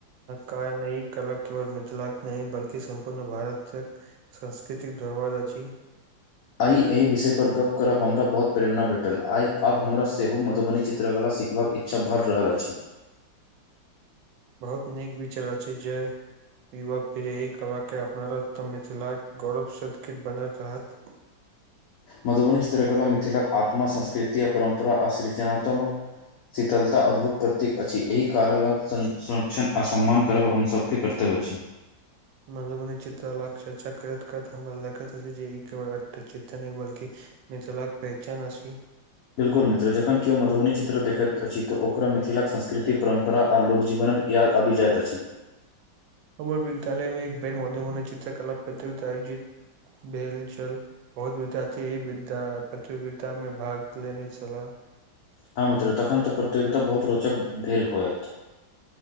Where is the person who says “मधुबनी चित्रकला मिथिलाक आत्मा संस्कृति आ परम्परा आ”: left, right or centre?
Left